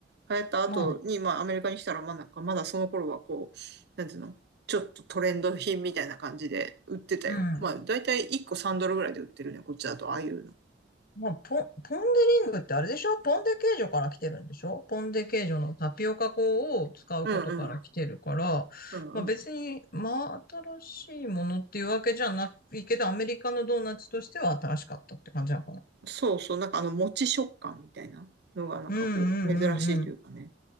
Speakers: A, on the right; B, on the left.
A: 流行った後に、
B: まあ、
A: まあアメリカに来たら、まあなんかまだその頃はこう、なんつうの、ちょっとトレンド品みたいな感じで売ってたよ。
B: うん。
A: まあだいたい1個3ドルぐらいで売ってるね、こっちだと、ああいうの。
B: まあ、ポ、ポンデリングってあれでしょポンデケージョから来てるんでしょポンデケージョのタピオカ粉を使うことから来てるから、
A: うんうん。うんうん
B: まあ別に、まあ新しいものっていうわけじゃないけど、アメリカのドーナツとしては新しかったって感じなのかな。
A: そうそう、なんかあの、餅食感みたいなのが、なんかこう、
B: うんうんうんうん。
A: 珍しいというかね。